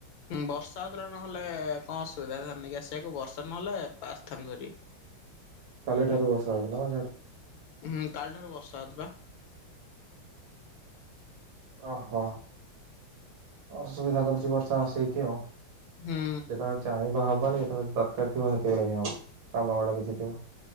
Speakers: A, on the left; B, on the right.
A: ହୁଁ ବର୍ଷା ହେଉଥିଲା ନହେଲେ କଣ ଅସୁବିଧା ହେଇଥାନ୍ତା କି ଆସିବାକୁ ବର୍ଷା ନହେଲେ ଆସିଥାନ୍ତୁ ହେରି।
B: କାଲିଠାରୁ ବର୍ଷା ହଉଛି ନା <inaudible>
A: ହୁଁ କାଲି ଠାରୁ ବର୍ଷା ହେଉଛି ବା।
B: ଓହୋ ଅସୁବିଧା କରୁଛି ବର୍ଷା ଆସିକି ଆଉ। ଯେତେବେଳେ
A: ହୁଁ।
B: ଚାହିଁବା ହବନି ଯେତେବେଳେ ଦରକାର ଥିବ ସେତେବେଳେ ହିଁ ହବ କାମ ଗୁଡା କିଛି ଥିବ।